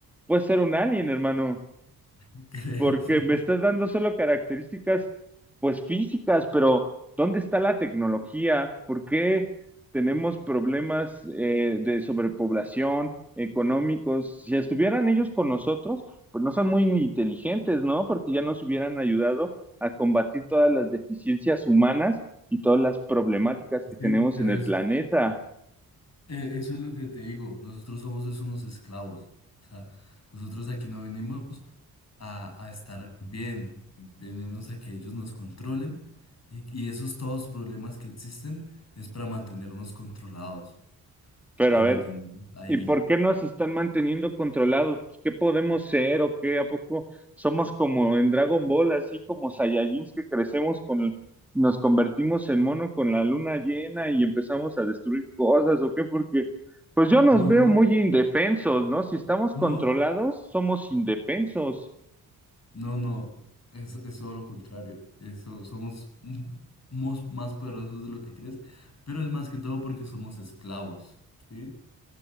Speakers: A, in the centre; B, on the left.
A: puede ser un alien, hermano
B: <laughs> créeme.
A: porque me estás dando solo características, pues físicas, pero ¿dónde está la tecnología? ¿Por qué tenemos problemas eh, de sobrepoblación, económicos? Si estuvieran ellos con nosotros, pues no son muy inteligentes, ¿no? Porque ya nos hubieran ayudado a combatir todas las deficiencias humanas y todas las problemáticas
B: Sí,
A: que tenemos
B: pero
A: en el
B: es,
A: planeta.
B: Eh, Eso es lo que te digo, nosotros somos es unos esclavos, o sea, nosotros aquí no venimos a, a estar bien, venimos a que ellos nos controlen y, y esos todos problemas que existen es para mantenernos controlados,
A: Pero
B: para
A: a
B: mantenernos
A: ver,
B: ahí.
A: ¿Y por qué nos están manteniendo controlados? Pues, ¿qué podemos ser o qué? ¿A poco somos como en Dragon Ball, así como Saiyajins que crecemos con, nos convertimos en mono con la luna llena y empezamos a destruir cosas o qué? Porque, pues yo nos
B: No,
A: veo
B: no,
A: muy indefensos, ¿no? Si estamos
B: no,
A: controlados, somos indefensos.
B: no, no, es, es todo lo contrario, eso, somos m- mos- más poderosos de lo que crees, pero es más que todo porque somos esclavos, ¿sí?